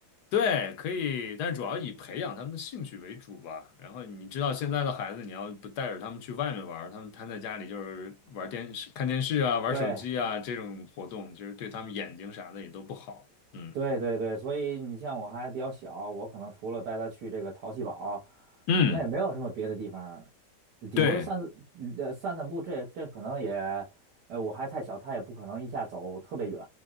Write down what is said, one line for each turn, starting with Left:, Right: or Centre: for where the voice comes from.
Left: 对，可以，但主要以培养他们的兴趣为主吧。然后你知道现在的孩子，你要不带着他们去外面玩儿他们瘫在家里就是玩电视、看电视啊、玩手机啊这种活动，
Right: 对，
Left: 其实对他们眼睛啥的也都不好。嗯
Right: 对，对，对，所以你像我还比较小，我可能除了带他去这个淘气堡，
Left: 嗯，
Right: 可能也没有什么别的地方顶多散
Left: 对，
Right: 呃散散步，这这可能也，呃，我还太小，他也不可能一下走特别远，